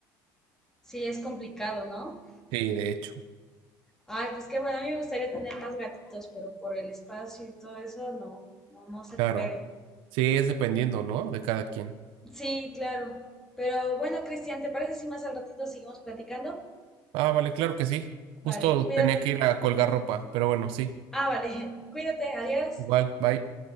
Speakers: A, in the centre; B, on the right (about 80°).
A: Sí, es complicado, ¿no?
B: sí, de hecho,
A: Ay, pues qué bueno, a mí me gustaría tener más gatitos, pero por el espacio y todo eso, no, no, no se
B: claro,
A: puede.
B: sí, es dependiendo, ¿no? De cada quien.
A: Sí, claro. Pero bueno, Cristian, ¿te parece si más al ratito seguimos platicando?
B: Ah, vale, claro que sí, justo
A: Vale, cuídate.
B: tenía que ir a colgar ropa, pero bueno, sí,
A: Ah, vale, <laughs> cuídate, adiós.
B: igual, bye.